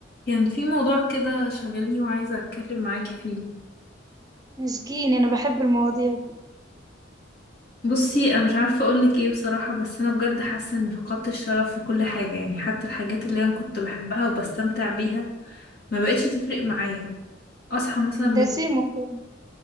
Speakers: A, on the left; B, on the right.
A: كان في موضوع كده شاغلني وعايزة أتكلم معاكي فيه
B: مسكين انا بحب المواضيع دي
A: بصي أنا مش عارفة أقولك إيه بصراحة بس أنا بجد حاسة إني فقدت الشغف في كل حاجة يعني حتى الحاجات اللي أنا كنت بحبها وبستمتع بيها ما بقتش تفرق معايا أصحى مثلا من
B: ده سيم والله